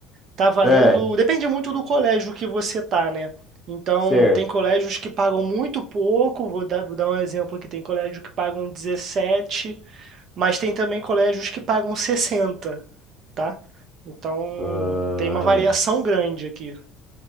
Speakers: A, on the right (about 55°); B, in the centre.
A: tá valendo.
B: É,
A: Depende muito do colégio que você tá, né? Então,
B: certo.
A: tem colégios que pagam muito pouco. Vou dar, vou dar um exemplo aqui: tem colégio que pagam 17, mas tem também colégios que pagam 60, tá? Então,
B: Ah,
A: tem uma variação grande aqui.